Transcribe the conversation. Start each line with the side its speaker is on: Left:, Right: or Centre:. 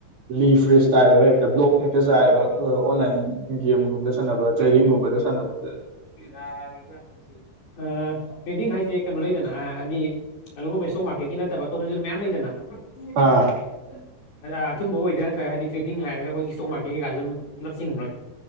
Right: ꯂꯤ ꯐ꯭ꯔꯦꯁ ꯇꯥꯏꯑꯕ ꯍꯦꯛꯇ ꯕ꯭ꯂꯣꯛ ꯍꯦꯛꯇ ꯆꯥꯏꯑꯕ ꯑꯣꯟꯂꯥꯏꯟ ꯒꯦꯝꯒꯨꯝꯗ ꯁꯥꯟꯅꯕ ꯇ꯭ꯔꯦꯅꯤꯡꯒꯨꯝꯗ ꯁꯥꯟꯅꯕꯅꯦ
Left: ꯑ ꯇꯔꯦꯗꯤꯡ ꯍꯥꯏ ꯁꯦ ꯂꯩꯗꯅ ꯍꯥꯏꯗꯤ ꯑꯗꯨꯒꯨꯝꯕ ꯏꯁꯇꯣꯛ ꯃꯥꯔꯀꯦꯠꯀꯤ ꯅꯠꯇꯕ ꯑꯇꯣꯞꯄꯁꯨ ꯃꯌꯥꯝ ꯂꯩꯗꯅ ꯎꯝ
Right: ꯑꯥ
Left: ꯑꯊꯨꯝꯕ ꯑꯣꯏꯗ ꯅꯠꯇ꯭ꯔꯒ ꯍꯥꯏꯗꯤ ꯇ꯭ꯔꯦꯗꯤꯡ ꯍꯥꯏꯔꯒ ꯑꯩꯈꯣꯏꯒꯤ ꯏꯁ꯭ꯇꯣꯛ ꯃꯥꯔꯀꯦꯠ ꯀꯩꯀꯥ ꯁꯨꯝ ꯄꯨꯂꯞ ꯆꯤꯡꯕ